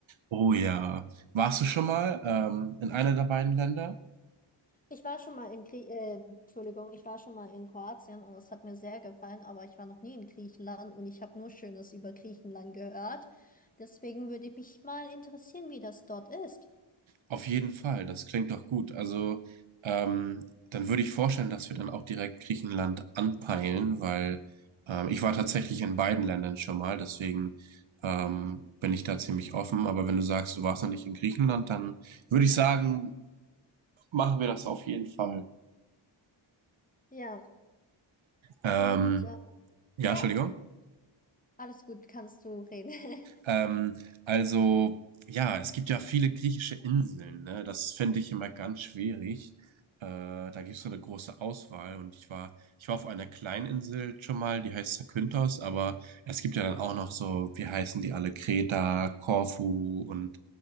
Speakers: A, on the right; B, on the left.
A: oh ja. Warst du schon mal ähm, in einer der beiden Länder?
B: Ich war schon mal in Grie äh, Entschuldigung, ich war schon mal in Kroatien und es hat mir sehr gefallen, aber ich war noch nie in Griechenland und ich habe nur Schönes über Griechenland gehört. Deswegen würde ich mich mal interessieren, wie das dort ist.
A: Auf jeden Fall, das klingt doch gut. Also, ähm, dann würde ich vorstellen, dass wir dann auch direkt Griechenland anpeilen, weil ähm, ich war tatsächlich in beiden Ländern schon mal, deswegen ähm,
B: Mhm.
A: bin ich da ziemlich offen. Aber wenn du sagst, du warst noch nicht in Griechenland, dann würde ich sagen, machen wir das auf jeden Fall.
B: Ja.
A: Ähm,
B: Und äh,
A: ja,
B: ja,
A: Entschuldigung.
B: alles gut, kannst du reden. <laughs>
A: Ähm, also, ja, es gibt ja viele griechische Inseln, ne? Das fände ich immer ganz schwierig. Äh, da gibt es so eine große Auswahl und ich war, ich war auf einer Kleininsel schon mal, die heißt Zakynthos, aber es gibt ja dann auch noch so, wie heißen die alle, Kreta, Korfu und